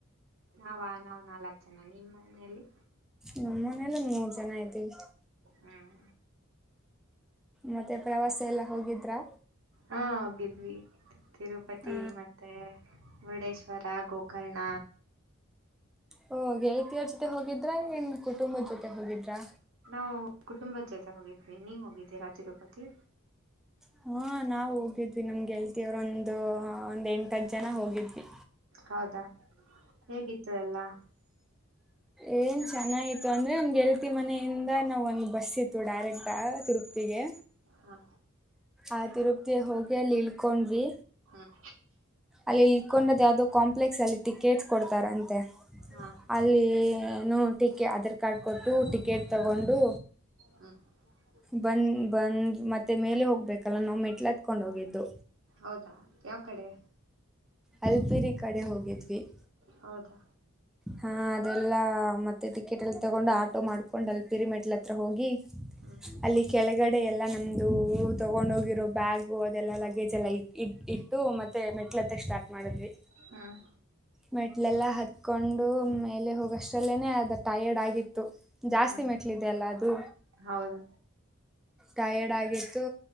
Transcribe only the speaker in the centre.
ನಮ್ಮ ಮನೇಲ್ಲಿ ಮೂರ್ ಜನ ಇದ್ದೀವಿ.
ಮತ್ತೆ ಪ್ರವಾಸ ಎಲ್ಲಾ ಹೋಗಿದ್ರಾ,
ಹ
ಹ್ಮ, ಗೆಳತಿಯ್ರ ಜೊತೆ ಹೋಗಿದ್ರನ್ ಕುಟುಂಬದ ಜೊತೆ ಹೋಗಿದ್ರಾ,
ಹಾ, ನಾವ್ ಹೋಗಿದ್ವಿ ನಮ್ಗೆಗೆಲ್ತಿರು, ಒಂದು ಒಂದ್ ಎಂಟ ಹತ್ತ್ ಜನ ಹೋಗಿದ್ವಿ.
ಏನ್ ಚೆನ್ನಾಗಿತ್ತು ಅಂದ್ರೆ ನಮ್ಗೆ ಗೆಳತಿ ಮನೆಯಿಂದ ನಾವ್ ಒಂದ್ ಬಸ್ ಇತ್ತು. ಡೈರೆಕ್ಟ್ ತಿರುಪತಿಗೆ.
ಆ ತಿರುಪತಿಯಲ್ಲಿ ಹೋಗಿ ಅಲ್ಲಿ ಇಳ್ಕೊಂಡಿವಿ.
ಅಲ್ಲಿ ಇಲ್ಕೊಂಡದ್ ಯಾವ್ದೋ ಕಾಂಪ್ಲೆಕ್ಸಲ್ಲಿ ಟಿಕೆಟ್ಸ್ ಕೊಡ್ತಾರಂತೆ
ಅಲ್ಲಿ ನ ಟಿಕೆ ಆಧಾರ್ ಕಾರ್ಡ್ ಕೊಟ್ಟು ಟಿಕೆಟ್ ತಗೊಂಡು,
ಬಂದ್- ಬಂದ್ ಮತ್ತೆ ಮೇಲೆ ಹೋಗ್ಬೇಕಲ್ಲ ನಾವು ಮೆಟ್ಲ ಹತ್ಕೊಂಡ್ ಹೋಗಿದ್ದು.
ಅಲ್ಬಿರಿ ಕಡೆ ಹೋಗಿದ್ವಿ. -
ಹಾ, ಅದೆಲ್ಲಾ ಮತ್ತೆ ಟಿಕೆಟ್ ಎಲ್ಲ ತಗೊಂಡು ಆಟೋ ಮಾಡ್ಕೊಂಡ ಅಲ್ಲಿ ಪಿರಿಮೆಡ್ಲ್ ಹತ್ರ ಹೋಗಿ
ಅಲ್ಲಿ ಕೆಳಗಡೆ ಡೆ ಎಲ್ಲಾ ನಮ್ದು ತೊಗೊಂಡ್ ಹೋಗಿರೋ ಬ್ಯಾಗು ಅದೆಲ್ಲ ಲಗೇಜ್ ಎಲ್ಲ ಇ, ಇಟ್ಟು ಮತ್ತೆ ಮೆಟ್ಲ ಮಾಡಿದ್ವಿ.
ಮೆಟ್ಲೆಲ್ಲಾ ಹತ್ಕೊಂಡು ಮೇಲೆ ಹೋಗ ಆಷ್ಟಲ್ಲೇನೆ ಅದು ಟೈರ್ಡ್ ಆಗಿತ್ತು. ಜಾಸ್ತಿ
ಮೆಟ್ಲಿದಲ್ಲ ಅದು
ಟಯರ್ಡ್ ಆಗಿತ್ತು